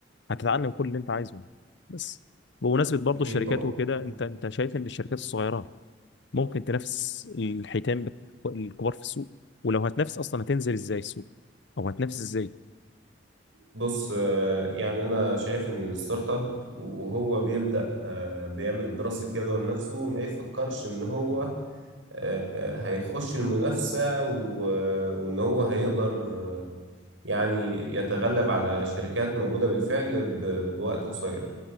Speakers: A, on the left (about 65°); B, on the right (about 80°).
A: هتتعلم كل اللي أنت عايزه بس بمناسبة برضه
B: اكيد
A: الشركات
B: طبعا
A: وكده
B: مم.
A: أنت أنت شايف إن الشركات الصغيرة ممكن تنافس الحيتان بت- الكبار في السوق ولو هتنافس أصلا هتنزل إزاي السوق أو هتنافس إزاي؟
B: بص آه، يعني انا شايف ان الستارت اب وهو بيبدا آه، بيعمل دراسه جدوى لنفسه ما يفكرش ان هو آه، آه، هيخش المنافسه و- وان هو هيقدر آه، يعني يتغلب على شركات موجودة بالفعل ب- بوقت قصير